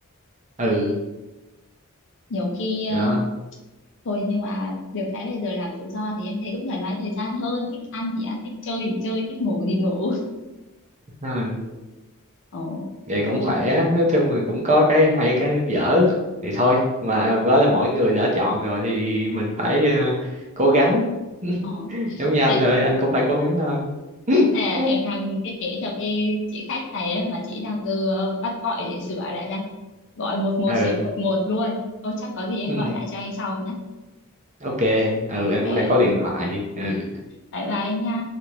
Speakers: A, on the right (about 30°); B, on the left (about 55°).
A: ừ
B: Nhiều khi ờ,
A: đó
B: thôi nhưng mà được cái bây giờ làm tự do thì em thấy cũng thoải mái thời gian hơn thích ăn thì ăn thích chơi thì chơi thích ngủ thì ngủ
A: ừ.
B: ồ
A: vậy cũng
B: thôi
A: khỏe nói chung là cũng có cái hay cái dở thì thôi mà đó là mỗi người đã chọn rồi thì mình phải ờ, cố gắng <laughs>
B: ồ
A: giống như anh
B: đấy
A: thôi anh cũng phải cố gắng thôi <laughs>
B: À, em đang thiết kế cho cái chị khách này ấy, mà chị đang cứ ờ, bắt gọi để sửa lại đây gọi một một
A: ừ
B: sửa một một luôn thôi chắc có gì em
A: Ừm,
B: gọi lại cho anh sau nhé
A: ok ừ anh
B: ok
A: cũng đang có điện thoại ừ
B: bye bye anh nha